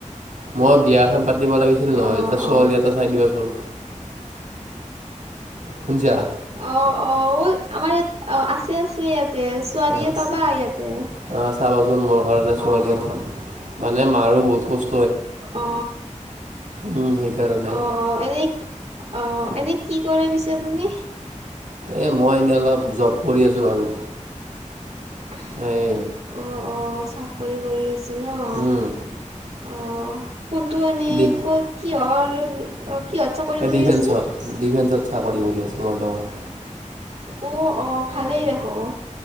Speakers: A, on the right; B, on the right.
A: মই বিয়া এখন পাতিব লাগিছিল নহয়
B: অ
A: এটা ছোৱালী
B: অ
A: এটা চাই দিবাচোন। শুনচা।
B: অ অ', আমাৰ ইয়াত অ', আছে, আছে ইয়াত তে ছোৱালীয়ে
A: অহ,
B: পাবা ইয়াতে
A: অহ, চাবাচোন মোৰ কাৰণে ছোৱালী
B: অ'।
A: এটা। মানে মাৰো বহুত কষ্
B: অ',
A: উম, সেইকাৰণে।
B: অ, অ, এনেই অ', এনে কি কৰে পিছে আপুনি?
A: এই মই এনেই অলপ জব কৰি আছোঁ বাৰু।
B: অ',
A: এই
B: অ', চাকৰি কৰি ছে ন'
A: উম,
B: অ', কোনটো এনেই
A: ডি
B: ক'ত কিহৰ <inaudible>
A: এ
B: কৰি
A: ডিফেন্সত,
B: আছে?
A: ডিফেন্সত চাকৰি কৰি আছোঁ বৰ্তমান।
B: অ', অ', ভালেই দেখ' অ',